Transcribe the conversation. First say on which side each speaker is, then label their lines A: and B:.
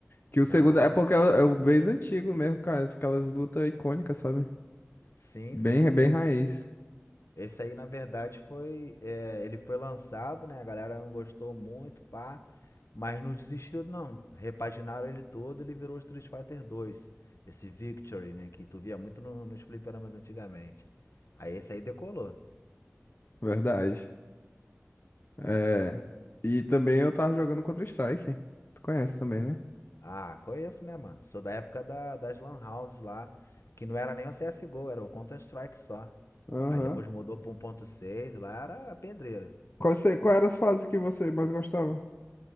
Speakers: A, on the left; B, on the left.
A: Que o segundo
B: Ah,
A: é porque é o é o base antigo mesmo, cara. Aquelas lutas icônicas, sabe?
B: sim,
A: Bem,
B: sim, sim.
A: bem raiz.
B: Esse aí, na verdade, foi. é, ele foi lançado, né? A galera não gostou muito, pá. Mas não desistiu, não. Repaginaram ele todo, ele virou Street Fighter 2, Esse Victory, né? Que tu via muito no- nos fliperamas antigamente. Aí esse aí decolou.
A: Verdade. É. E também eu tava jogando Counter-Strike. Tu conhece também, né?
B: Ah, conheço, né, mano? Sou da época da, das Lan Houses lá, que não era nem o CSGO, era o Counter-Strike só.
A: Aham.
B: Aí depois mudou pra 1.6, lá era pedreira.
A: Qual, você- qual era as fases que você mais gostava?